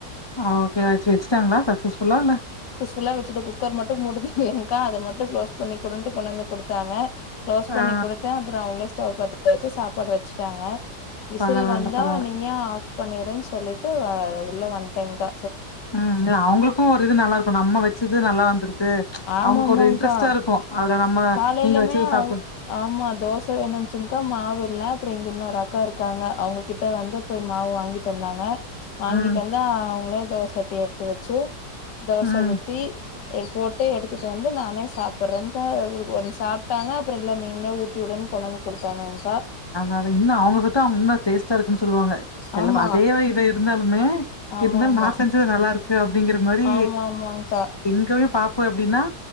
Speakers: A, on the left; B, on the left.
A: ஆ ஓகே வெச்சு வெச்சுட்டாங்களா சக்சஸ் ஃபுல்லா இல்ல
B: ஃபுல்லா வெச்சுட்டு குக்கர் மட்டு மூட தெரிலியாங்கா அத மட்டு குளோஸ் பண்ணி குடுன்ட்டு கொண்டு வந்து குடுத்தாங்க குளோஸ் பண்ணி
A: ஆ
B: குடுத் தே அப்றோ அவங்களே ஸ்டவ் பாத்த வெச்சு சாப்பாடு வெச்சுட்டாங்க விசில்
A: பரவால்ல
B: வந்தா
A: பரவால்ல
B: நீயே ஆஃப் பண்ணிருன்னு சொல்லிட்டு உள்ள வன்ட்டேங்க்கா
A: ம் இல்ல அவங்களுக்கு ஒரு இது நல்லா இருக்கு நம்ம வெச்சது நல்லா வந்திருக்கு
B: ஆமாமாங்க்கா
A: அவங்களுக்கு ஒரு இன்ட்ரெஸ்ட்டா இருக்கு அதுல நம்ம
B: காலையிலுமே
A: நீங்க வெச்சத
B: அவங்
A: சாப்
B: ஆமா தோச வேணுச்சுன்க்கா மாவு இல்ல அப்றோ இங்க இன்னொரு அக்கா இருக்காங்க அவங்ககிட்ட வந்து போய் மாவு வாங்கிட்டு வந்தாங்க வாங்கிட்டு
A: ம்
B: வந்து அவங்களே தோச சட்டி எடுத்து வெச்சு தோச
A: ம்
B: ஊத்தி போட்டு எடுத்துட்டு வந்து நானே சாப்ட்டுறேனு ஒன் சாப்ட்டாங்க அப்றோ இல்ல நீங்களே ஊட்டி உடுனு கொண்டந்து குடுத்தாங்கக்கா
A: அத இன்னு அவங்க சுட்டா அவங்க இன்னு டேஸ்ட்டா இருக்குன்னு சொல்லுவாங்க எல்லா
B: ஆமா
A: அதே வ இத இருந்தாலுமே
B: ஆமா
A: இருந்தாலு
B: ஆமா
A: நா செஞ்சது நல்லா இருக்கு அப்டிங்கிற மாரி
B: ஆமா ஆமாங்க்கா
A: இங்கயே பாப்பா எப்டின்னா